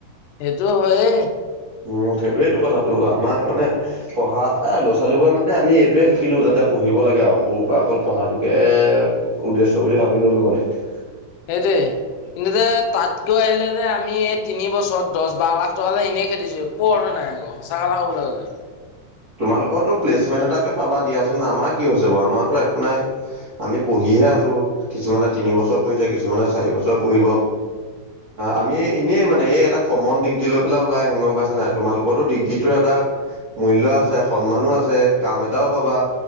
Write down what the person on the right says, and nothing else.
উম সেইটোৱেইটো কথাটো, আমাৰ মানে পঢ়া এই ল'ৰা ছোৱালীবোৰে মানে আমি এইটোৱে শিকিলোঁ যাতে পঢ়িব লাগে আৰু সৰুৰ পা অকল পঢ়াটোকে উদ্দেশ্য বুলি ভাবি ললোঁ মানে।
তোমালোকৰতো প্লেচমেণ্ট এটাকে পাবা দিয়াচোন আমাৰ কি হৈছে বাৰু আমাৰতো একো নাই। আমি পঢ়িহে আছোঁ কিছুমানে তিনিবছৰ পঢ়িছে, কিছুমানে চাৰি বছৰ পঢ়িব। আমি এনেই মানে এই এটা কমন ডিগ্ৰী লৈ পেলাই ওলাই আহিম গম পাইছ নাই, তোমালোকৰো ডিগ্ৰীটোৰ এটা মূল্য আ সন্মানো আছে, কাম এটাও পাবা,